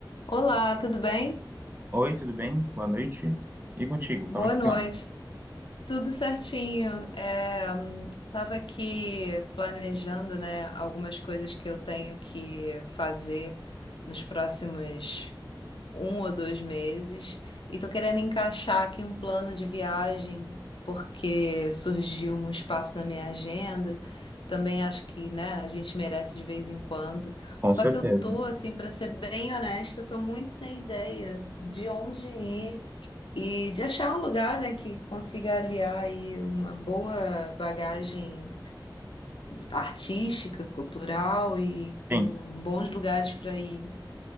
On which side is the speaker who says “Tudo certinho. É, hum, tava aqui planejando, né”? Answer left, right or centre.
Left